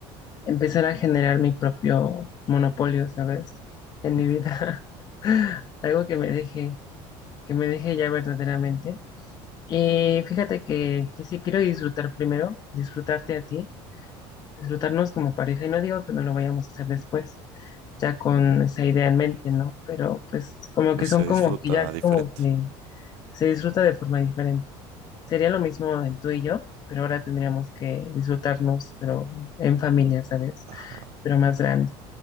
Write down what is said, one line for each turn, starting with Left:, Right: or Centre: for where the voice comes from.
Left: empezar a generar mi propio monopolio, ¿sabes?
Right: <laughs>
Left: En mi vida. <laughs> Algo que me deje, que me deje ya verdaderamente. Y fíjate que, que sí quiero disfrutar primero, disfrutarte a ti, disfrutarnos como pareja, y no digo que no lo vayamos a hacer después, ya con esa idea en mente, ¿no? Pero pues como
Right: Pues
Left: que son
Right: se
Left: como
Right: disfruta
Left: que ya
Right: diferente.
Left: como que se disfruta de forma diferente. Sería lo mismo en tú y yo, pero ahora tendríamos que disfrutarnos, pero en familia, ¿sabes?
Right: Ajá.
Left: Pero más grande.